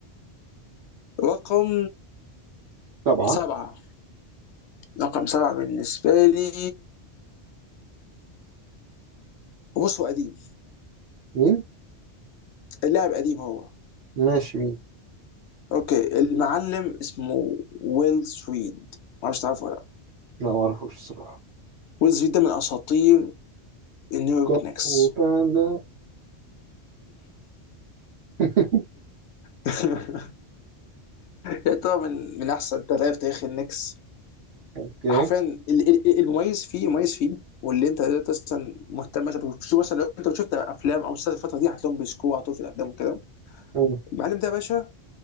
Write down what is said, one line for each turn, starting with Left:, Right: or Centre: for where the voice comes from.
Left: رقم
Right: سبعة
Left: سبعه رقم سبعه بالنسبه لي بص هو قديم
Right: مين
Left: اللاعب قديم هو
Right: ماشي مين
Left: اوكي المعلم اسمه ويل سويد ما اعرفش تعرفه ولا لا
Right: لا ما اعرفوش الصراحة
Left: ويل سويد ده من اساطير النيويورك
Right: كونغ
Left: نيكس
Right: باندا <laughs>
Left: <laughs> لا طبعا من من احسن تلاتة في تاريخ النكس
Right: اوكي
Left: حرفيا ال- ال- المميز فيه مميز فيه واللي انت دلوقتي اصلا مهتم مثلا بتشوف مثلا لو انت شفت افلام او مسلسلات الفتره دي هتلاقيهم بيسكوا على طول في الافلام وكده
Right: مم.
Left: المعلم ده يا باشا